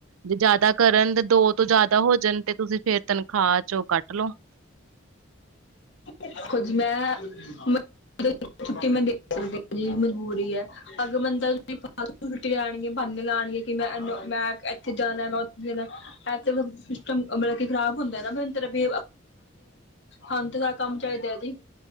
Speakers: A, on the right; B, on the left.
A: ਜੇ ਜਿਆਦਾ ਕਰਨ ਤੇ ਦੋ ਤੋਂ ਜਿਆਦਾ ਹੋ ਜਾਣ ਤੇ ਤੁਸੀਂ ਫੇਰ। ਤਨਖਾਹ ਚੋਂ ਕੱਟ ਲੋੋ।
B: ੋ ਕੁਝ ਮੇ ਮ ਛੁੱਟੀ ਮੈਂ ਦੇ ਸਕਦੀ ਹ ਜਿਹੀ ਮਜਬੂਰੀ ਹੈ ਅਗਰ ਬੰਦਾ ਤੁਸੀ ਫਾਲਤੂ ਛੁੱਟੀ ਲਾਉਣਗੇ ਬਹਾਨੇ ਲਾਉਣਗੇ। ਕਿ ਮੈਂਨੂੰ ਇੱਥੇ ਜਾਣਾ ਮੈਂ ਉੱਥੇ ਜਾਣਾ ਇਥ ਸਿਸਟਮ ਮਤਲਬ ਕਿ ਖਰਾਬ ਹੁੰਦਾ ਨਾ। ਦੇਣੀ ਆ ਹੰ ਤੇ ਸਾਰਾ ਕੰਮ ਚਾਹੀਦਾ ਹੈ ਜੀ।